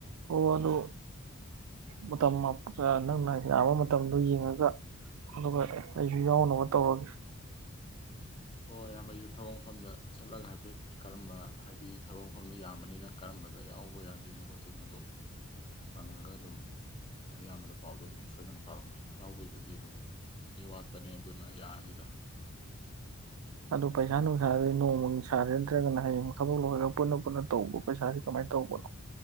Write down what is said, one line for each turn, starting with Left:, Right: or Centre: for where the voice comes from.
Right: ꯑꯣ ꯑꯗꯨ ꯃꯇꯝ ꯅꯪꯅ ꯌꯥꯕ ꯃꯇꯝꯗꯣ ꯌꯦꯡꯉꯒ ꯑꯗꯨꯒ ꯑꯩꯁꯨ ꯌꯥꯎꯅꯕ ꯇꯧꯔꯒꯦ
Left: ꯑꯣ ꯌꯥꯝꯕꯩꯁꯨ ꯊꯕꯛ ꯃꯐꯝꯗ ꯆꯠꯂꯒ ꯍꯥꯏꯐꯦꯠ ꯀꯔꯝꯕ ꯍꯥꯏꯗꯤ ꯊꯕꯛ ꯃꯐꯝꯗꯣ ꯌꯥꯝꯕꯅꯤꯅ ꯀꯔꯝꯕꯗ ꯌꯥꯎꯕ ꯌꯥꯗꯣꯏꯅꯣ ꯈꯣꯠꯇꯣꯏꯅꯣꯗꯣ ꯍꯪꯉꯒ ꯑꯗꯨꯝ ꯑꯌꯥꯝꯕꯗ ꯄꯥꯎꯗꯣ ꯑꯗꯨꯝ ꯁꯣꯏꯗꯅ ꯐꯥꯎꯔꯛꯀꯦ ꯌꯥꯎꯕꯒꯤꯕꯨꯗꯤ ꯑꯗꯨꯝ ꯃꯤ ꯋꯥꯠꯄꯅꯦ ꯑꯗꯨꯅ ꯌꯥꯅꯤꯗ
Right: ꯑꯗꯨꯗ ꯄꯩꯁꯥ ꯅꯨꯡꯁꯥꯗꯤ ꯅꯣꯡꯃꯒꯤ ꯁꯥꯔꯦ ꯅꯠꯇ꯭ꯔꯒꯅ ꯍꯌꯦꯡ ꯊꯕꯛ ꯂꯣꯏꯔꯒ ꯄꯨꯟꯅ ꯄꯨꯟꯅ ꯇꯧꯕ ꯄꯩꯁꯥꯁꯤ ꯀꯃꯥꯏꯅ ꯇꯧꯕꯅꯣ